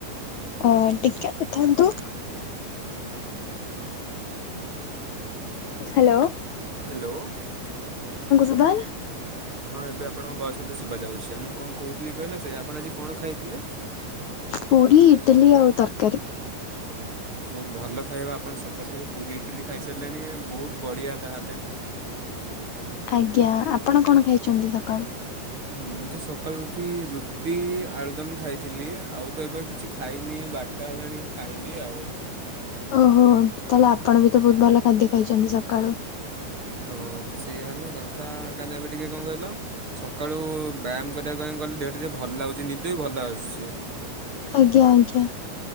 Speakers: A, on the left; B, on the right.
A: ଅ ଟିକେ ଅଟକି ଥାଆନ୍ତୁ। ହାଲୋ।
B: ହେଲୋ।
A: ଶୁଭାଗଲା
B: ହଁ ଏବେ ଆପଣଙ୍କ ଭଏସ୍ ମତେ ଶୁଭା ଯାଉଚି। ଆଉ ମୁଁ କଣ କହୁଥିଲି କହିଲ ସେ ଆପଣ ଆଜି କଣ ଖାଇଥିଲେ?
A: ପୁରି, ଇଟଲି ଆଉ ତରକାରୀ।
B: ତାହେଲେ ତ ବହୁତ ଭଲ ଖାଇବା ଆପଣ ସକାଳୁ ସକାଳୁ ପୁରି, ଇଟିଲି ଖାଇସାରିଲେଣି ବହୁତ ବଢ଼ିଆ ତାହେଲେ।
A: ଆଜ୍ଞା ଆପଣ କଣ ଖାଇଛନ୍ତି ସକାଳୁ?
B: ମୁଁ ତ ସକାଳୁ ଉଠି ରୁଟି, ଆଳୁଦମ୍ ଖାଇଥିଲି ଆଉ ତ ଏବେ କିଛି ଖାଇନି ବାର ଟା ହେଲାଣି ଖାଇବି ଆଉ।
A: ଓହୋ ତାହେଲେ ଆପଣ ବି ତ ବହୁତ ଭଲ ଖାଦ୍ୟ ଖାଇଛନ୍ତି ସକାଳୁ।
B: ହଁ ତ ସେଇୟା ହେଲା କଥା କାହିଁକି ନା ଏବେ ଟିକେ କଣ କହିଲ? ସକାଳୁ ବ୍ୟାୟାମ କରିବା ପାଇଁ ଗଲେ ଦେହଟା ଟିକେ ଭଲ ଲାଗୁଛି ନିଦ ବି ଭଲ ଆସୁଛି।
A: ଆଜ୍ଞା ଆଜ୍ଞା।